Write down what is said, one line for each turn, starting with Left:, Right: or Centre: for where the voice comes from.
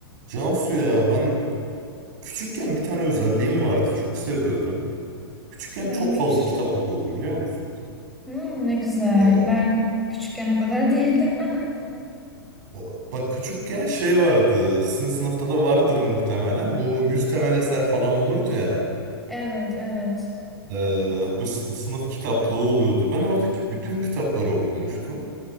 Right: Cansu ya ben küçükken bir tane özelliğim vardı. Çok seviyordum. Küçükken
Centre: Neymiş?
Right: çok fazla kitap okuyordum biliyor musun?
Centre: Hmm, ne güzel.
Right: Ee,
Centre: Ben küçükken o kadar değildim. <laughs>
Right: o- bak küçükken şey vardı. Sizin sınıfta da vardır muhtemelen. Bu 100 temel eser falan olurdu ya.
Centre: Evet, evet.
Right: Ee, bu sı- sınıf kitaplığı oluyordu. Ben oradaki bütün kitapları okumuştum.